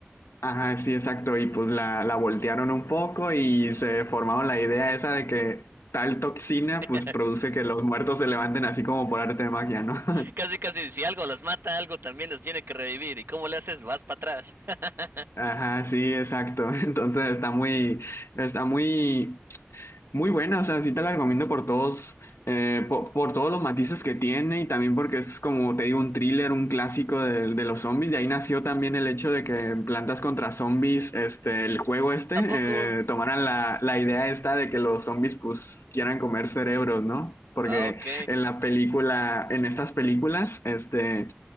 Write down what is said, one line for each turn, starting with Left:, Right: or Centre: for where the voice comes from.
Left: ajá, sí, exacto. Y pues la, la voltearon un poco y se formaron la idea esa de que tal toxina
Right: <laughs>
Left: pues produce que los muertos se levanten así como por arte de magia, ¿no? <laughs>
Right: Casi, casi, si algo los mata, algo también los tiene que revivir. ¿Y cómo le haces? Vas para atrás. <laughs>
Left: Ajá, sí, exacto. <laughs> Entonces está muy, está muy Muy buena, o sea, sí te la recomiendo por todos, eh, po- por, todos los matices que tiene y también porque es como te digo, un thriller, un clásico de, de los zombies. De ahí nació también el hecho de que en Plantas contra Zombies, este, el juego este,
Right: ¿A poco?
Left: eh, tomaran la, la idea esta de que los zombies pues quieran comer cerebros, ¿no? Porque
Right: Ah, ok,
Left: en la película, en estas películas, este...